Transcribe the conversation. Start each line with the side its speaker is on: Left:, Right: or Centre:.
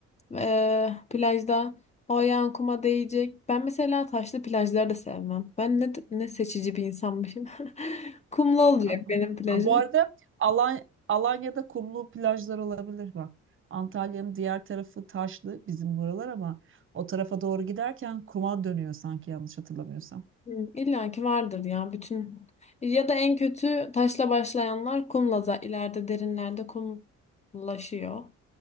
Left: Eee, plajda o ayağın kuma değecek. Ben mesela taşlı plajları da sevmem. Ben ne, ne seçici bir insanmışım. <laughs> Kumlu olacak
Right: <laughs>
Left: benim plajım.
Right: Aa, Bu arada Alan Alanya'da kumlu plajlar olabilir bak. Antalya'nın diğer tarafı taşlı bizim buralar ama o tarafa doğru giderken kuma dönüyor sanki yanlış hatırlamıyorsam.
Left: Hı, İlla ki vardır ya bütün. Ya da en kötü taşla başlayanlar kumla da ileride derinlerde kumlaşıyor.